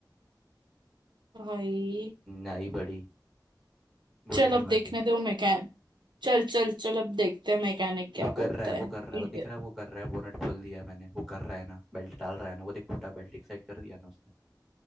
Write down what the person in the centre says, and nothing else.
नाई बड़ी बोलने
वाली
वो
कर रहा है
वो कर रहा
है वो दिख रहा है वो कर रहा है बोनट खोल दिया है मैंने वो कर रहा है ना बेल्ट डाल रहा है ना वो देख टूटा बेल्ट एक साइड कर दिया ना उसने